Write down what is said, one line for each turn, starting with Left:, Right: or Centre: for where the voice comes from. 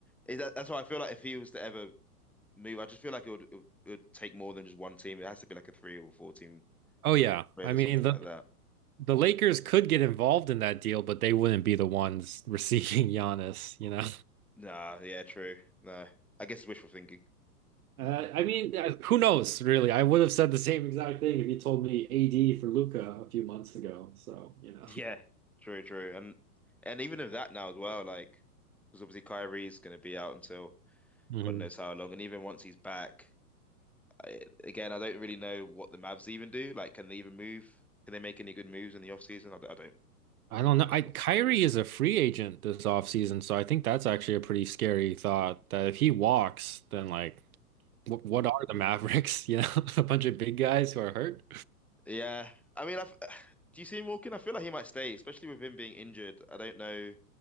Centre: Is that that's why I feel like if he was to ever move. I just feel like it would, it would it would take more than just one team. It has to be like a three or four team
Right: Oh yeah,
Centre: raid
Right: I
Centre: or
Right: mean
Centre: something
Right: the
Centre: like that.
Right: the Lakers could get involved in that deal, but they wouldn't be the ones <laughs> receiving Giannis. You know,
Centre: Nah, yeah, true. No, I guess it's wishful thinking. <laughs>
Right: uh, I mean, uh, who knows? Really, I would have said the same exact thing if you told me AD for Luca a few months ago. So you know.
Centre: Yeah. True, true. And and even of that now as well, like because obviously Kyrie's going to be out until
Right: Mhm.
Centre: God knows how long, and even once he's back, I, again, I don't really know what the Mavs even do. Like, can they even move? Can they make any good moves in the off season? I, d- I don't.
Right: I don't
Centre: I'm
Right: know.
Centre: not
Right: I
Centre: sure.
Right: Kyrie is a free agent this offseason, so I think that's actually a pretty scary thought that if he walks, then like wh- what are the Mavericks? <laughs> You know, a bunch of big guys who are hurt.
Centre: Yeah, I mean, I've, <sighs> do you see him walking? I feel like he might stay, especially with him being injured. I don't know.